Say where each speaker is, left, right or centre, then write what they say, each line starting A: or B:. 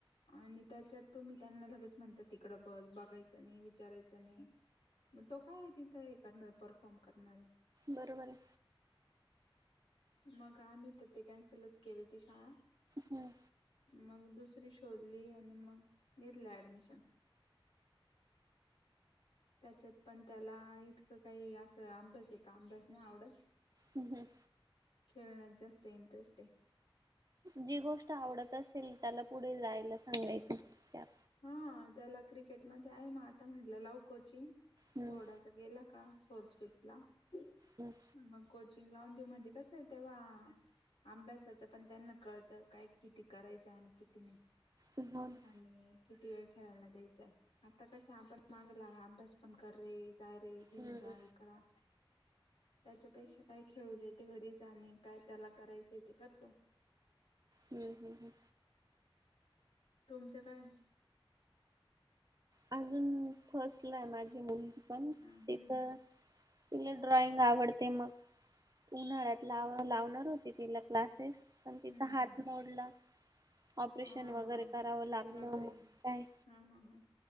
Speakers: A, on the left; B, on the right.
A: आणि त्याच्यात तुम्ही त्यांना लगेच म्हणतात तिकडं बस बघायचं नाही, विचारायचं नाही. मग तो काय तिथं हे करणार परफॉर्म करणारे?
B: बरोबर आहे.
A: मग आम्ही तर ते कॅन्सलच केली ती शाळा,
B: हम्म
A: मग दुस शोधली आणि मग घेतला ऍडमिशन. त्याच्यात पण त्याला इतकं काही असं अभ्यास आहे का अभ्यास नाही आवडत.
B: हम्म हम्म.
A: खेळण्यात जास्त इंटरेस्ट आहे.
B: जी गोष्ट आवडत असेल त्याला पुढे जायला सांगायच त्यात.
A: हा त्याला क्रिकेटमध्ये आहे, मग आता म्हटलं लाव कोचिंग.
B: हम्म
A: थोडासा गेला का फोर्थ, फिफ्थ ला मग
B: हम्म
A: को लावून देऊ म्हणजे कस तेव्हा अभ्यासाच पण त्यांना कळतं काय किती करायचं? आणखी त नाही.
B: हो ना.
A: आणि किती वेळ खेळायला द्यायचां आहे, आता कसं आपण माग ला अभ्यास पण कर रे. जायरे, घेऊन
B: हम्म
A: जा हे करा. त्याच्यापेक्षा काय खेळू देते घरीच आणि काय त्याला करायचं येते का तो.
B: हम्म हम्म हम्म.
A: तुमचं काय?
B: अजून फसलंय माझी मुम्मी पण
A: ह
B: तिथं
A: ह
B: तिला ड्रॉइंग आवडते मग उन्हाळ्यात लाव लावणार होती पण तिला क्लासेस पण तिचा
A: हम्म
B: हात
A: हम्म
B: मोडला. ऑपरेशन
A: हा
B: वगैरे करावं लागलं
A: बापरे
B: म काय?
A: हा हा हा